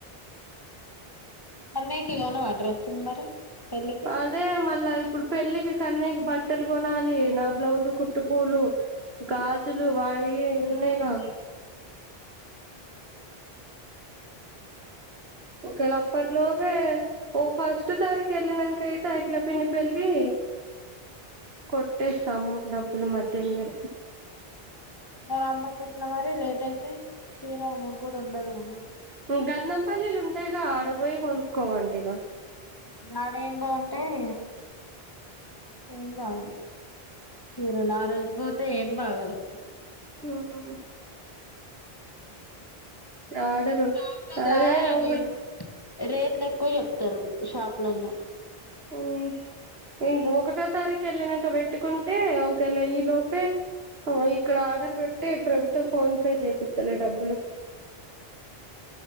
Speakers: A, on the left; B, on the right.
A: మొన్నటివి కొన్నావా ఆ డ్రెస్సుల్ మరి పెళ్ళికి
B: అదే మల్ల ఇప్ ఇప్పుడు పెళ్లికి కన్నయ్ కి బట్టల్ గొనాలి నా బ్లౌజు కుట్టు కూలు గాజులు వాయి ఉన్నాయిగా ఒకేలా అప్పట్లోపే ఓ ఫస్ట్ తారీక్ ఏళ్లినంక అయితే అఖిల పిన్ని పెళ్లి కొట్టేస్తా అమ్మకి డబ్బులు మధ్యల్నేలె
A: మరి అమ్మకి ఎట్లా మరి లేట్ అయితే చీర ముగ్గురు ఉండదు గానే
B: గంధం పల్లీలు ఉంటయిగా ఆడబోయి కొనుక్కోవండి ఇగ
A: ఆడేం ఏం బాగుంటయి ఏం బాగోవు చీరలు ఆ రోజు పోతే ఏం బాగాలే
B: హుహు ఆర్డరు
A: షాప్లలా
B: అదే
A: అవి
B: ఒకటి
A: రేట్లు ఎక్కువ చెప్తారు షాప్లల్ల
B: హు మీ ఒకటో తారీకు ఏళ్లినాక పెట్టుకుంటే ఒకేలా ఈ లోపే ఇక్కడ ఆర్డర్ పెట్టి ప్రభుతో ఫోన్ పే చేపిత్త లే డబ్బులు